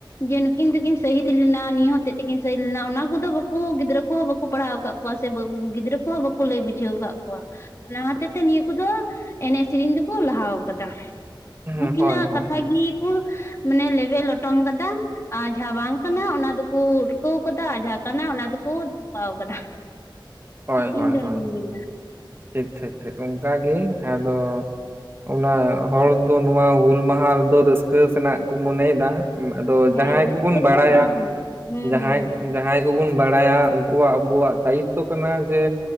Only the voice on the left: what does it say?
ᱡᱮ ᱱᱩᱠᱤᱱ ᱫᱚᱠᱤᱱ ᱥᱟᱹᱦᱤᱫᱽ ᱞᱮᱱᱟ ᱱᱤᱭᱟᱹ ᱦᱚᱛᱮᱡ ᱛᱮᱠᱤᱱ ᱥᱟᱹᱦᱤᱫᱽ ᱞᱮᱱᱟ ᱚᱱᱟ ᱠᱚᱫᱚ ᱵᱟᱹᱠᱩ ᱜᱤᱫᱽᱨᱟᱹ ᱠᱚᱦᱚᱸ ᱵᱟᱹᱠᱚ ᱯᱟᱲᱦᱟᱣ ᱟᱠᱟᱫ ᱠᱚᱣᱟ᱾ ᱠᱚᱣᱟ ᱥᱮ ᱵᱟᱹᱵᱩ ᱜᱤᱫᱽᱨᱟᱹ ᱠᱚᱦᱚᱸ ᱵᱟᱹᱠᱚ ᱞᱟᱹᱭ ᱵᱩᱡᱷᱟᱹᱣ ᱟᱠᱟᱫ ᱠᱚᱣᱟ᱾ ᱚᱱᱟ ᱦᱚᱛᱮ ᱛᱮ ᱱᱤᱭᱟᱹ ᱠᱚᱫᱚ ᱮᱱᱮᱡ ᱥᱮᱨᱮᱧ ᱫᱚᱠᱚ ᱞᱟᱦᱟᱣ ᱟᱠᱟᱫᱟ᱾
ᱩᱱᱠᱤᱱᱟᱜ
ᱠᱟᱛᱷᱟ ᱜᱮ ᱠᱚ ᱢᱟᱱᱮ ᱞᱮᱵᱮᱫ ᱞᱚᱴᱚᱢ ᱠᱟᱫᱟ᱾ ᱟ ᱡᱟᱦᱟᱸ ᱵᱟᱝ ᱠᱟᱱᱟ ᱚᱱᱟ ᱫᱚᱠᱚ ᱩᱴᱠᱟᱹᱣ ᱠᱟᱫᱟ ᱟᱨ ᱡᱟᱦᱟᱸ ᱠᱟᱱᱟ ᱚᱱᱟ ᱫᱚᱠᱚ ᱛᱚᱯᱟᱣ ᱠᱟᱫᱟ᱾
ᱤᱧ ᱫᱚᱧ
ᱢᱮᱱᱟ᱾ <unintelligible>
ᱦᱮᱸ
ᱨᱟᱹᱥᱠᱟᱹ
ᱫᱚ ᱵᱟᱝ ᱠᱟᱱᱟ ᱦᱩᱸ
ᱦᱩᱸ